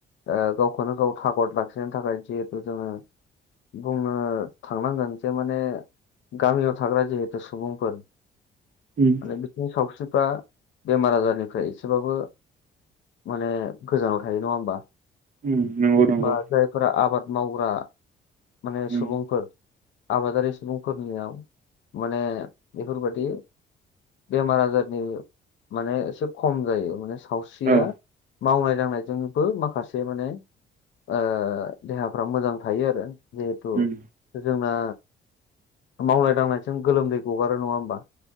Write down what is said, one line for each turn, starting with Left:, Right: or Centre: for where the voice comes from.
Left: ओ गावखौनो गाव थागद लाखिनायनि थाखाय जिहेथु जोङो बुंनो थांनांगोन जे माने गामियाव थाग्रा जिहेतु सुबुंफोर
Right: उम
Left: माने बिसोरनि सावस्रिफ्रा बेमार आजारनिफ्राय एसेबाबो माने गोजानाव थायो नङा ओमबा
Right: उम नंगौ नंगौ
Left: बा जायफोरा आबाद मावग्रा माने
Right: उम
Left: सुबुंफोर आबादारि सुबुंफोरनियाव माने बेफोरबादि बेमार आजारनि माने इसे खम जायो माने सावस्रिया
Right: औ
Left: मावनाय दांनायजोंबो माखासे माने ओ देहाफ्रा मोजां थायो आरो जिहेथु
Right: उम
Left: जोंना मावनाय दांनायजों गोलोमदै गगारो नङा ओमबा?